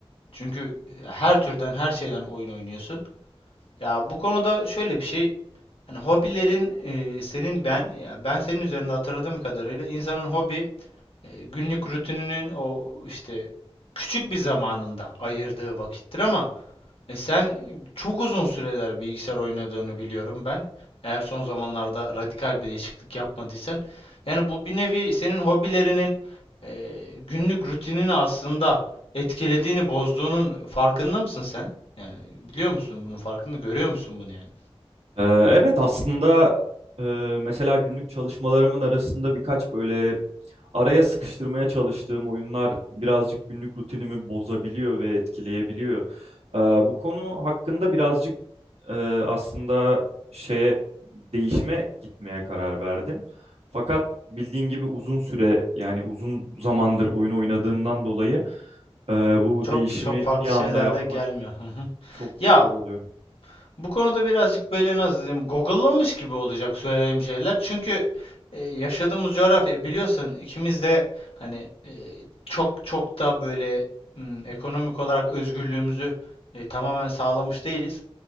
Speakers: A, on the left; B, on the right.
A: Çünkü e, her türden, her şeyden oyun oynuyorsun. Ya bu konuda şöyle bir şey. Hani hobilerin e, senin ben ya ben senin üzerinde hatırladığım kadarıyla insanın hobi e, günlük rutininin o işte küçük bir zamanında ayırdığı vakittir ama e, sen e, çok uzun süreler bilgisayar oynadığını biliyorum ben. Eğer son zamanlarda radikal bir değişiklik yapmadıysan. Yani bu bir nevi senin hobilerinin e, günlük rutinini aslında etkilediğini, bozduğunun farkında mısın sen? Yani biliyor musun bunun farkında, görüyor musun bunu yani?
B: Eee, evet aslında eee, mesela günlük çalışmalarımın arasında birkaç böyle araya sıkıştırmaya çalıştığım oyunlar birazcık günlük rutinimi bozabiliyor ve etkileyebiliyor. Eee, bu konu hakkında birazcık e, aslında şeye değişime gitmeye karar verdim. Fakat bildiğin gibi uzun süre yani uzun zamandır oyun oynadığımdan dolayı e, bu
A: Çok
B: değişimi
A: çok farklı
B: bir
A: şeyler
B: anda yapmak
A: de gelmiyor. Hı hı.
B: çok
A: Ya
B: zor oluyor.
A: Bu konuda birazcık böyle nasıl diyeyim, google'lamış gibi olacak söylediğim şeyler. Çünkü e, yaşadığımız coğrafya e, biliyorsun ikimiz de hani e, çok çok da böyle m, ekonomik olarak özgürlüğümüzü e, tamamen sağlamış değiliz.